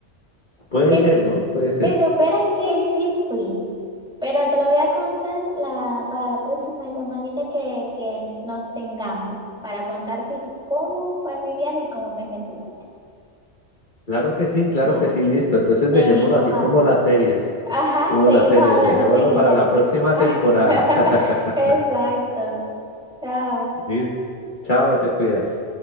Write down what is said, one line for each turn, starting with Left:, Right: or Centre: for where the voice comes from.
Left: puede
Centre: sí, s-
Left: ser, ¿no? Puede ser.
Centre: sí, supieras que sí fui, pero te lo voy a contar la, para la próxima llamadita que, que nos tengamos, para contarte cómo fue mi viaje y cómo me sentí. ahora.
Left: Claro que sí,
Centre: Dale,
Left: claro que sí, listo. Entonces
Centre: seguimos
Left: dejémoslo así
Centre: hablando.
Left: como las series,
Centre: Ajá,
Left: como
Centre: seguimos
Left: las series,
Centre: hablando,
Left: dejémoslo
Centre: seguirá.
Left: para la próxima
Centre: <laughs>
Left: temporada. <laughs>
Centre: Exacto. Chao.
Left: Listo. Chao, te cuidas.